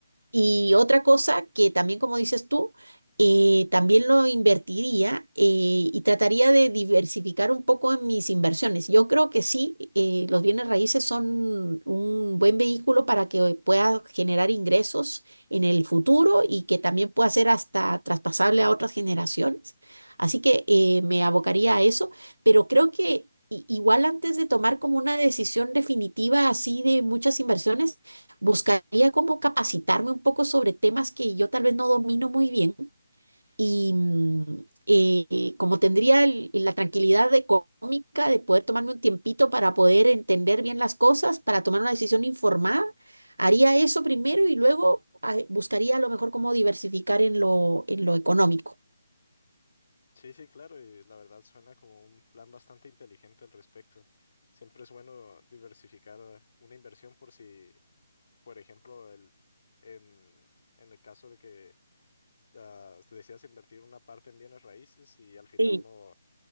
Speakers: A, on the right; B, on the left.
A: Y otra cosa que también, como dices tú, eh, también lo invertiría eh, y trataría de diversificar un poco en mis inversiones. Yo creo que sí, eh, los bienes raíces son un buen vehículo para que pueda generar ingresos en el futuro y que también pueda ser hasta traspasable a otras generaciones. Así que eh, me abocaría a eso, pero creo que... i- Igual antes de tomar como una decisión definitiva así de muchas inversiones, Buscaría como capacitarme un poco sobre temas que yo tal vez no domino muy bien y mm, eh, como tendría el- la tranquilidad económica de poder tomarme un tiempito para poder entender bien las cosas, para tomar una decisión informada, haría eso primero y luego ah, buscaría a lo mejor cómo diversificar en lo, en lo económico.
B: Sí, sí, claro, y la verdad suena como un plan bastante inteligente al respecto. Siempre es bueno diversificar eh, una inversión por si Por ejemplo, el, en, en el caso de que ah, te decidas invertir una parte en bienes raíces y al final
A: Sí,
B: no,